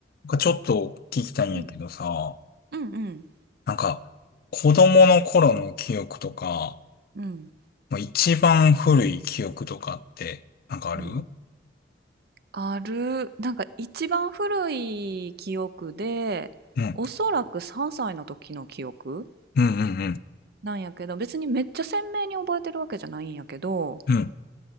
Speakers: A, on the left; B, on the right.
A: なんかちょっと聞きたいんやけどさ、
B: うん、うん、うん、
A: なんか子供の頃の記憶とか、
B: うん、
A: もう一番古い記憶とかってなんかあるうん。
B: うん。ある、なんか一番古い記憶で、
A: うん
B: おそらく3歳の時の記憶
A: うんうん。
B: なんやけど、別にめっちゃ鮮明に覚えてるわけじゃないんやけど、
A: うん。